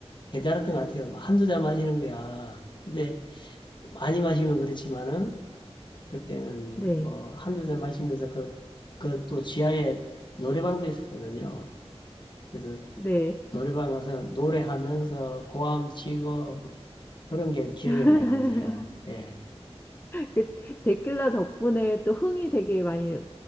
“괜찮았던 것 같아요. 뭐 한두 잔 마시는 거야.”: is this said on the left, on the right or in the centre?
Left